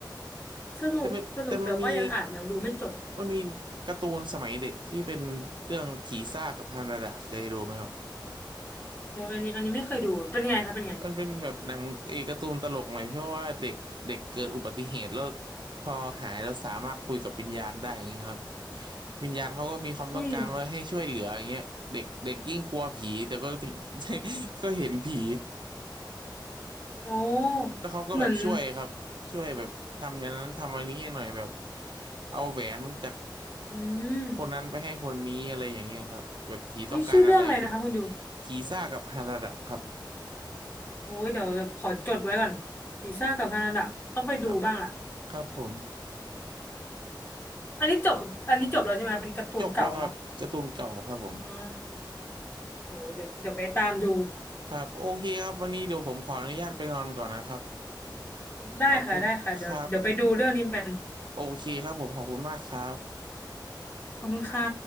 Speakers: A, on the left; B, on the right.
A: สนุกสนุกแต่ว่ายังอ่านยังดูไม่จบ
B: แต่มันแต่มันมีมันมีการ์ตูนสมัยเด็กที่เป็นเรื่องผีซ่ากับฮานาดะเคยดูไหมครับ
A: อออันนี้อันนี้ไม่เคยดูเป็นไงคะเป็นไง
B: มันเป็นแบบหนังเออการ์ตูนตลกหน่อยเพราะว่าเด็กเด็กเกิดอุบัติเหตุแล้วพอหายแล้วสามารถคุยกับวิญญาณได้อย่างเงี้ยครับวิญญาณเขาก็มีความต้องการว่าให้ช่วยเหลืออย่างเงี้ยเด็กเด็กยิ่งกลัวผีแต่ก็
A: อุ้ย
B: <laughs> ก็เห็นผี
A: โอ้
B: แล้วเขาก็แบบช่วยครับช่วยแบบทำอย่างนั้นทำอันนี้ให้หน่อยแบบ
A: เหมือน
B: เอาแหวนจาก
A: อืม
B: คนนั้นไปให้คนนี้อะไรอย่างเงี้ยครับแบบผีต้องการอะไร
A: อุ้ยชื่อเรื่องอะไรนะคะคุณอยู่
B: ผีซ่ากับฮาระดะครับ
A: โอ้ยเดี๋ยวขอจดไว้ก่อนลิซ่ากับฮานาดะต้องไปดูบ้างล่ะ
B: ครับครับผม
A: อันนี้จบอันนี้จบแล้วใช่ไหมเป็นการ์ตูนเก่าเนาะ
B: จบแล้วครับการ์ตูนเก่าครับผม
A: อ่าโอ้ยเดี๋ยวเดี๋ยวไปตามดู
B: ครับโอเคครับวันนี้เดี๋ยวผมขออนุญาตไปนอนก่อนนะครับ
A: ได้ค่ะได้ค่ะเดี๋ยวเดี๋ยวไปดูเรื่องนี้กัน
B: ขอบคุณครับโอเคครับผมขอบคุณมากครับ
A: ขอบคุณค่ะ